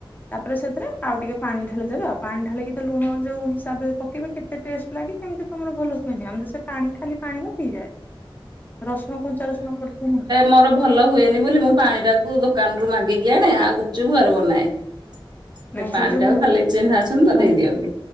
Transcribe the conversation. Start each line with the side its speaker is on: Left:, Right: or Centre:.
Left: ତାପରେ ସେଥିରେ ଆଉ ଟିକେ ପାଣି ଢାଳି ଦେବେ ଆଉ ପାଣି ଢାଳିକି ତ ଲୁଣ ଯୋଉ ହିସାବରେ ପକେଇବେ କେତ କେତେ ଟେଷ୍ଟ ଲାଗି କେମିତି ତମର ଭଲ ହୁହନି ଆମର ସେ ପାଣି ଖାଲି ପାଣି ବି ହେଇଯାଏ।
Right: ହ
Left: ରସୁଣ କଞ୍ଚା ରସୁଣ ପଡୁଛ ନା
Right: ମୋର ଭଲ ହୁଏନି ବୋଲି ମୁଁ ପାଣି ଟାକୁ ଦୋକାନ ରୁ ମାଗିକି ଆଣେ ଆଉ ଗୁପଚୁପୁ ଘରେ ବନାଏ। ସେ
Left: ନାଇଁ
Right: ପାଣି
Left: ଯୋଉ
Right: ଟାକୁ
Left: ମୁଁ
Right: ଖାଲି ଚିହ୍ନା ଆସଛନ୍ତି ତ
Left: ଧନି
Right: ଦେଇଦିଅନ୍ତି।